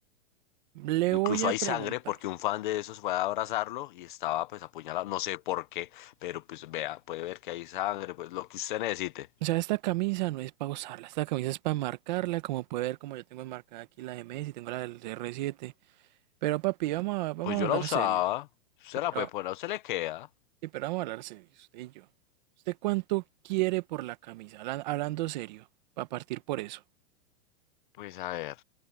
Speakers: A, on the right; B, on the left.
A: Le
B: Incluso
A: voy a
B: hay
A: preguntar.
B: sangre porque un fan de esos fue a abrazarlo y estaba pues apuñalado, no sé por qué, pero pues vea, puede ver que hay sangre, pues lo que usted necesite.
A: O sea, esta camisa no es para usarla, esta camisa es para marcarla, como puede ver, como yo tengo enmarcada aquí la de Messi, tengo la del r siete Pero papi, vamos a, vamos
B: Pues yo
A: a hablar
B: la usaba,
A: serios.
B: usted
A: Sí, pero,
B: la puede poner, a usted le queda.
A: sí, pero vamos a hablar serios, usted y yo. ¿Usted cuánto quiere por la camisa? Hablan- Hablando serio, para partir por eso.
B: Pues a ver,